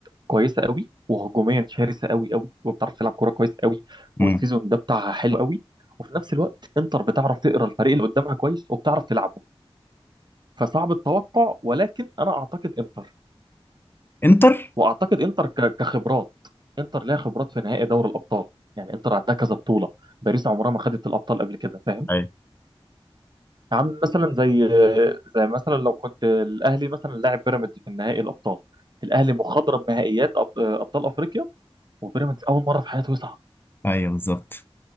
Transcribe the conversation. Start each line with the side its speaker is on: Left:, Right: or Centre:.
Right: كويسه قوي وهجوميا شرسه قوي قوي وبتعرف تلعب كوره كويس قوي
Left: مم.
Right: والسيزون ده بتاعها حلو قوي وفي نفس الوقت انتر بتعرف تقرا الفريق اللي قدامها كويس وبتعرف تلعبه فصعب التوقع ولكن انا اعتقد انتر
Left: انتر
Right: واعتقد انتر ك- كخبرات انتر ليها خبرات في نهائي دوري الابطال يعني انتر عندها كذا بطوله باريس عمرها ما خدت الابطال قبل كده فاهم
Left: ايوه
Right: عم مثلا زي زي مثلا لو كنت الاهلي مثلا لاعب بيراميدز في النهائي الابطال الاهلي مخضرم نهائيات أب- ابطال افريقيا وبيراميدز اول مره في حياته يصعد
Left: ايوه بالظبط